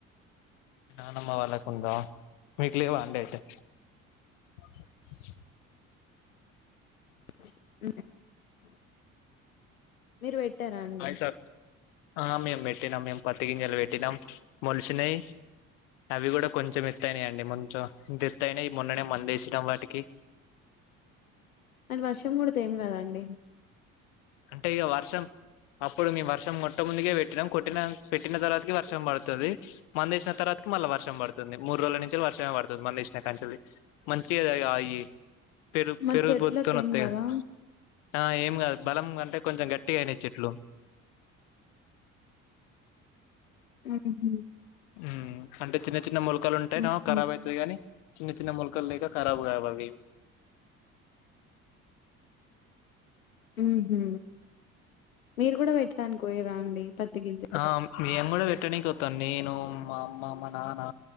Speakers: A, on the left; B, on the left.
A: నానమ్మ వాళ్ళకుందా మీకు లేవా అండి అయితే ఆ
B: <unintelligible> మీరు పెట్టారా అండి
A: హాయ్ సార్ ఆ మేము పెట్టినాం మేం పత్తి గింజలు పెట్టినాం మోలిసినయ్ అవి కూడా కొంచెం ఎత్తైనాయండి కొంచెం ఇంతెత్తయినాయ్ మొన్ననే మందేసినాం వాటికి
B: అన్ వర్షం పడితే ఏం కదాండి
A: అంటే ఇగ వర్షం అప్పుడు మీ వర్షం కొట్ట ముందుకే కొట్టిన పెట్టిన తర్వాతికి వర్షం పడుతది మందేసిన తర్వాతి మళ్ళా వర్షం పడుతుంది మూడు రోజుల నుంచి వర్షమే పడుతుంది మెున్నేసినా కాంచెలి, మంచి ఆ ఈ పెరుగు
B: మరి
A: పెరుగుపోత్తోనోత్తయ్
B: చెట్లకి ఏం కదా
A: గా ఆ ఏం కాదు బలం అంటే కొంచెం గట్టిగా అయినయ్ చెట్లు
B: ఊహూ
A: ఉమ్ అంటే చిన్న చిన్న మెులకలు ఉంటేనో
B: ఉహు
A: కరాబ్ అవుతాయి గాని చిన్న చిన్న మెుల్కలు లేక ఖరాబ్ కావు అవి
B: ఊహు మీరు కూడా పెట్టడానికి పోయిర్రా అండి పత్తి గింజలు
A: ఆ మేము కూడా పెట్టనికి వోతా నేన్ ను మా అమ్మ, మా నాన్న,